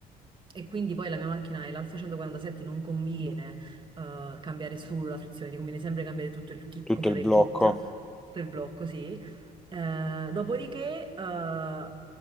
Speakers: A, on the right; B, in the centre.
A: E quindi poi la mia macchina è l'Alfa 147, non conviene eh, cambiare solo la frizione, ti conviene sempre cambiare tutto il kit,
B: Tutto
A: comprare
B: il blocco.
A: il kit per blocco, sì. Eh, dopodiché, eh,